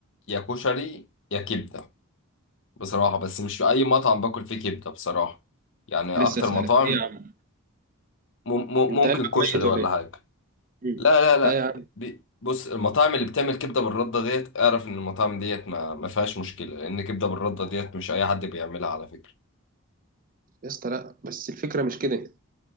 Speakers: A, on the left; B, on the right.
A: يا كشري يا كبدة بصراحة بس مش في اي مطعم باكل فيه كبدة بصراحة يعني
B: لسه
A: اكتر
B: اسألك
A: مطاعم
B: ايه يا عم
A: مم- مم-
B: انت
A: ممكن
B: قلبك
A: كشري
B: ميت
A: ولا
B: ولا ايه؟
A: حاجة
B: مم.
A: لا لا لا
B: لا يا عم
A: بي- بص المطاعم اللي بتعمل كبده بالرده ديت اعرف ان المطاعم ديت ما ما فيهاش مشكله لان كبده بالرده ديت مش اي حد بيعملها على فكره
B: يا اسطى لا بس الفكرة مش كده